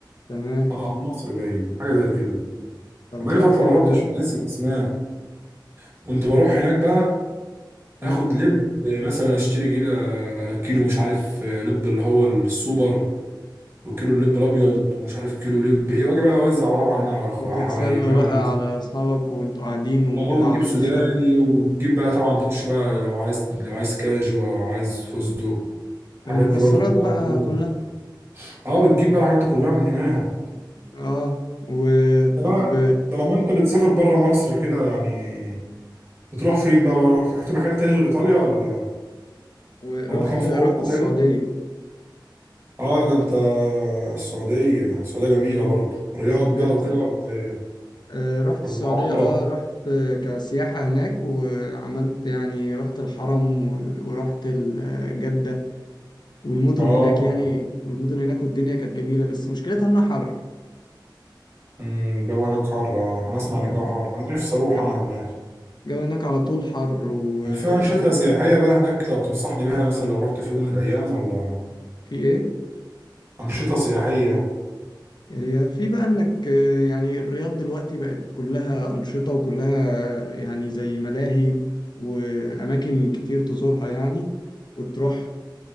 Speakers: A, on the left; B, on the right.
A: تمام
B: اه النصر باين حاجة زي كده
A: طب
B: بقالي
A: ده
B: فترة
A: حلو
B: ما روحتش
A: ده
B: فناسي الأسماك كنت بروح هناك بقى آخد
A: مم.
B: لب مثلا أشتري كيلو كيلو مش عارف آه، لب اللي هو السوبر وكيلو اللب الأبيض ومش عارف كيلو لب إيه وأجي بقى أوزع طبعا
A: وت-
B: هنا على أخويا
A: وتتسلى
B: حبايب إنما
A: بقى
B: الناس
A: على أصحابك وأنتوا قاعدين وكده
B: أه وتجيب
A: على
B: سوداني
A: الشط
B: وتجيب بقى طبعا تخش بقى لو عايز لو عايز كاجو أو عايز فستق الحاجات
A: المكسرات
B: دي برضو كلها
A: بقى
B: موجودة
A: كلها
B: أه بتجيب بقى الحاجات دي كلها من هناك
A: اه وطب
B: أنت بقى طالما أنت بتسافر بره مصر كده يعني بتروح فين بقى بقى رحت رحت مكان تاني غير إيطاليا ولا
A: ورحت
B: هو مكان في
A: رحت
B: اوروبا
A: السعودية
B: تاني اه ده انت السعوديه السعوديه جميله برضه الرياض
A: سافرت
B: بقى وكده ولا ايه
A: آه، رحت
B: ولا
A: السعودية
B: عمره
A: اه رحت آه، كسياحة هناك وعملت يعني رحت الحرم وال- ورحت ال- آه، جدة والمدن
B: اه
A: هناك يعني والمدن هناك والدنيا كانت جميلة بس مشكلتها إنها حر
B: أمم، الجو هناك حر آه. انا اسمع ان الجو
A: الجو
B: حر انا نفسي اروح
A: الجو
B: انا هناك
A: هناك على طول حر و-
B: يعني في انشطه
A: وكان
B: سياحيه بقى هناك لو تنصحني بيها مثلا لو رحت في يوم من الايام ولا
A: في إيه؟
B: انشطه سياحيه
A: هي في بقى انك آه، يعني الرياض دلوقتي بقت كلها أنشطة وكلها آه، يعني زي ملاهي وأماكن كتير تزورها يعني وتروح